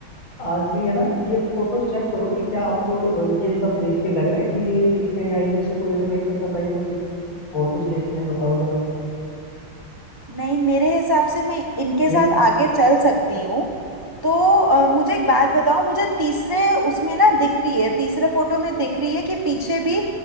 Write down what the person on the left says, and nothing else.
आ गई है ना ये फोटोज चेक करो कि क्या आपको अ, ये सब देख के लग रहा है कि ये ठीक है या इनमें से कोई अगर नहीं पसंद आई तो फिर और कुछ देखते हैं बताओ जरा
देख